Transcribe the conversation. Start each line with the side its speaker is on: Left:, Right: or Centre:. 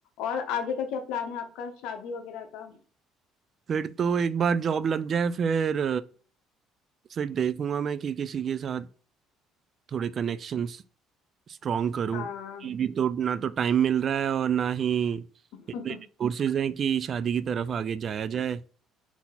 Left: और आगे का क्या प्लान है आपका शादी वगैरह का
Right: फिर तो एक बार जॉब लग जाए फिर फिर देखूंगा मैं कि किसी के साथ थोड़े कनेक्शंस स्ट्रांग करूं
Left: हाँ
Right: अभी तो ना तो टाइम मिल रहा है और ना ही
Left: <laughs>
Right: इतने कोर्सेज हैं कि शादी की तरफ आगे जाया जाए